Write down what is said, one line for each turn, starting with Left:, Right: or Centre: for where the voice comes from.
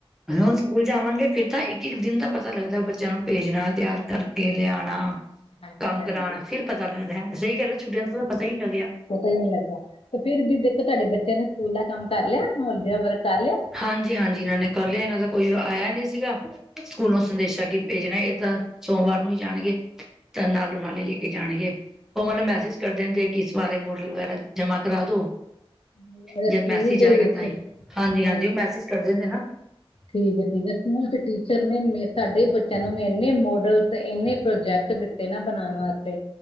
Centre: ਹੁਣ ਸਕੂਲ ਜਾਵਾਂਗੇ ਫੇਿਰ ਤਾਂ ਇੱਕ ਇੱਕ ਦਿਨ ਦਾ ਪਤਾ ਲੱਗਦਾ ਬੱਚਿਆਂ ਨੂੰ ਭੇਜਣਾ ਤਿਆਰ ਕਰਕੇ ਲਿਆਣਾ।
Left: ਹਾਂਜੀ
Centre: ਕੰਮ ਕਰਾਣਾ
Left: ਹਾਂਜੀ
Centre: ਫ਼ਿਰ ਪਤਾ ਲੱਗਦਾ ਸਹੀ ਗਲ ਆ ਛੁੱਟੀਆਂ ਦਾ ਤਾਂ ਪਤਾ ਹੀ ਨੀ ਲੱਗਿਆ।
Left: ਪਤਾ ਹੀ ਨੀ ਲੱਗਾ ਤੇ ਫਿਰ ਵੀ ਦੇਖੋ ਤੁਹਾਡੇ ਬੱਚਿਆਂ ਨੇ ਸਕੂਲ ਦਾ ਕੰਮ ਕਰ ਲਿਆ ਹੋਲੀਡੇ ਹੋਮਵਰਕ ਕਰ ਲਿਆ।
Centre: ਹਾਂਜੀ ਹਾਂਜੀ ਇਹਨਾਂ ਨੇ ਕਰ ਲਿਆ ਇਹਨਾਂ ਦਾ ਕੋਈ ਆਇਆ ਨਹੀਂ ਸੀਗਾ। ਸਕੂਲੋਂ ਸੰਦੇਸ਼ਾਂ ਕੀ ਭੇਜਣਾ ਇਹ ਤਾਂ। ਸੋਮਵਾਰ ਨੂੰ ਹੀ ਜਾਣਗੇ ਤਾਂ ਨਾਲੋਂ ਨਾਲ ਹੀ ਲੈ ਕੇ ਜਾਣਗੇ ਉਹ ਮਤਲਬ ਮੈਸੇਜ ਕਰਦੇ ਨੇ। ਕਿਸ ਬਾਰੇ ਮੋਡਲ ਵਗੈਰਾ ਜਮ੍ਹਾਂ ਕਰਾ ਦੋ।
Left: ਲਿਆ
Centre: ਜਦ
Left: ਸਕੂਲ
Centre: ਮੈਸੀ ਜਾਏਗਾ
Left: ਦੇ ਵਿੱਚ
Centre: ਤਾਂ ਹੀ ਹਾਂਜੀ ਹਾਂਜੀ।
Left: ਠੀਕ
Centre: ਉਹ
Left: ਹੈ
Centre: ਮੈਸੇਜ ਕਰ ਦਿੰਦੇ ਨਾ
Left: ਠੀਕ ਹੈ ਸਕੂਲ ਚ ਟੀਚਰ ਨੇ ਮੇ ਸਾਡੇੇ ਬਚ ਤੈਨੂੰ ਵੀ ਇੰਨੇ ਮੋਡਲ ਤੇ ਇੰਨੇ ਪ੍ਰੋਜੈਕਟ ਦਿੱਤੇ ਨਾ ਬਨਾਣ ਵਾਸਤੇ